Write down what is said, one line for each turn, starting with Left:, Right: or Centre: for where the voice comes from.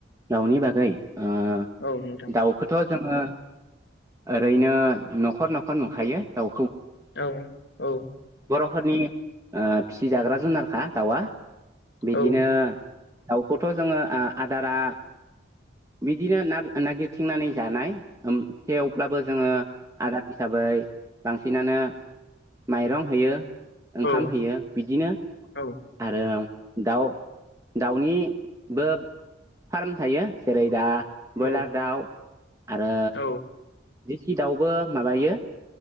Right: दाउनि बागै ओ
Left: औ नोंथां
Right: दाउखौथ जोङो ओरैनो न'खर न'खर नुखायो दाउ
Left: औ औ।
Right: फोरनि फिसिजाग्रा जुनारखा दाउआ। बिदिनो।
Left: औ
Right: दावखौथ थ जोङो ओ आदारा बिदिनो न-नागिर थिंनानै जानाय ओम थेवब्लाबो जोङो। आदार हिसाबै बांसिनानो माइरं होयो। ओंखाम
Left: औ
Right: होयो बिदिनो
Left: औ
Right: आरो। दाउ दाउनि बो फार्म थायो जेरै दा ब्रयलार
Left: औ
Right: दाउ आरो
Left: औ
Right: देसि दाउबो माबायो